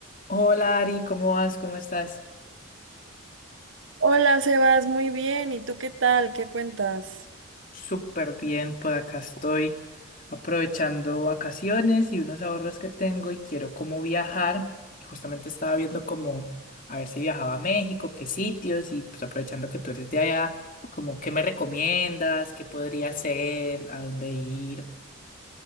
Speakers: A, on the left; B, on the right.
A: Hola Ari, ¿cómo vas? ¿Cómo estás?
B: Hola, Sebas, muy bien. ¿Y tú qué tal? ¿Qué cuentas?
A: Súper bien, por acá estoy aprovechando vacaciones y unos ahorros que tengo y quiero como viajar. Y justamente estaba viendo como a ver si viajaba a México, qué sitios y pues aprovechando que tú eres de allá, como qué me recomiendas, qué podría hacer, a dónde ir.